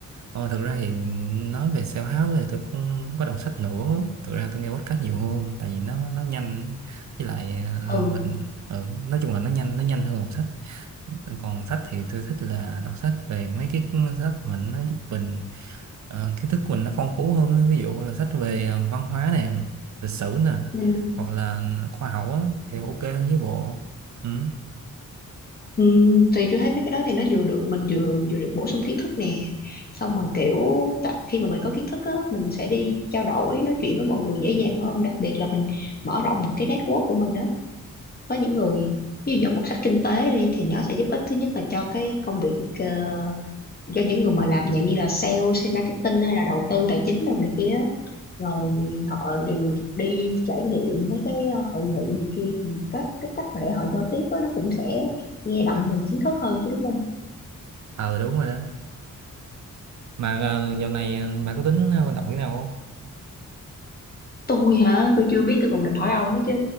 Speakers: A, on the right; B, on the left.
A: Ờ, thực ra thì nói về self-help thì tôi không có đọc sách nữa thực ra tôi nghe podcast nhiều hơn tại vì nó nó nhanh với lại ờ,
B: ừ
A: mình ờ, nói chung là nó nhanh nó nhanh hơn đọc sách còn sách thì tôi thích là đọc sách về mấy cái sách mà nó giúp mình ờ, kiến thức của mình nó phong phú hơn á. ví dụ là sách về ờ, văn hóa nè lịch sử nè
B: ừ
A: hoặc là khoa học á thì ok hơn với bộ ừ.
B: Ừ, thì tôi thấy mấy cái đó thì nó vừa được mình vừa vừa được bổ sung kiến thức nè xong rồi kiểu tại- khi mà mình có kiến thức á mình sẽ đi trao đổi nói chuyện với mọi người dễ dàng hơn đặc biệt là mình mở rộng cái network của mình á có những người ví dụ như một sách kinh tế đi thì nó sẽ giúp ích thứ nhất là cho cái công việc ờ, cho những người mà làm dạng như là sale, sale marketing hay là đầu tư tài chính đồ này kia rồi họ đều đi trải nghiệm mấy cái ờ, hội nghị này kia thì cách cái cách mà để họ giao tiếp á, nó cũng sẽ nghe đậm mùi kiến thức hơn chứ đúng không
A: ờ đúng rồi đó mà ờ, dạo này ờ, bạn có tính ờ, đọc cái nào không
B: tôi hả tôi chưa biết tôi còn định hỏi ông ấy chứ